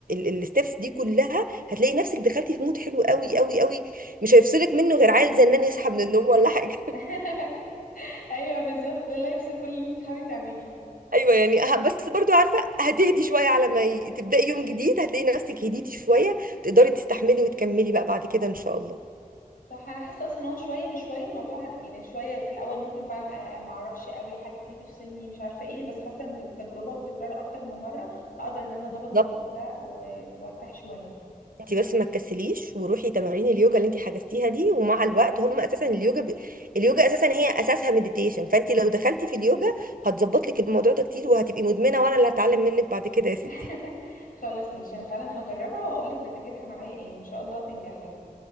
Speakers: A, on the right; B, on the left.
A: الستبس دي كلها هتلاقي نفسك دخلتي في مود حلو قوي قوي قوي مش هيفصلك منه غير عيل زنان يصحى من النوم ولا حاجه
B: <laughs>
A: <laughs>
B: ايوه بالظبط ده اللي يفصل كل اللي انت بتحاولي تعمليه
A: ايوه يعني ه- بس برضو عارفه هتهدي شويه على ما ي- تبداي يوم جديد هتلاقي نفسك هديتي شويه تقدري تستحملي وتكملي بقى بعد كده ان شاء الله
B: صح انا حاسه اصلا ان هو شويه بشويه الموضوع ه- يعني شويه في الاول ممكن فعلا أ- ما اعرفش قوي حاجه تيجي تفصلني مش عارفه ايه بس حاسه إن بالتجربه والتكرار اكتر من مره هقدر ان انا اظبط
A: بالظبط.
B: الموضوع ده و... وارتاح شويه
A: انت بس ما تكسليش وروحي تمارين اليوجا اللي انت حجزتيها دي ومع الوقت هم اساسا اليوجا ب... اليوجا اساسا هي اساسها مديتيشن فانت لو دخلتي في اليوجا هتظبط لك الموضوع ده كتير وهتبقي مدمنه وانا اللي هتعلم منك بعد كده يا ستي
B: <laughs> خلاص ماشي انا فعلا هجربها واقول لك نتيجتها معايا ايه وان شاء الله تنجح يعني